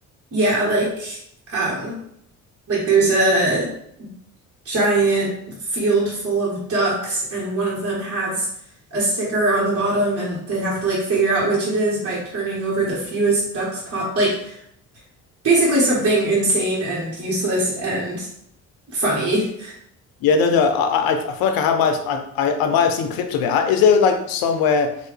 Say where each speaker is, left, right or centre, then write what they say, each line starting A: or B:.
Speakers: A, on the right (about 40°); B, on the left (about 70°).
A: yeah like um like there's a giant field full of ducks, and one of them has a sticker on the bottom, and they have to like figure out which it is by turning over the fewest ducks pot. Like basically something insane and useless and funny.
B: Yeah, no, no. I, I, I feel like I have might have, I, I, I might have seen clips of it. Uh, Is there like somewhere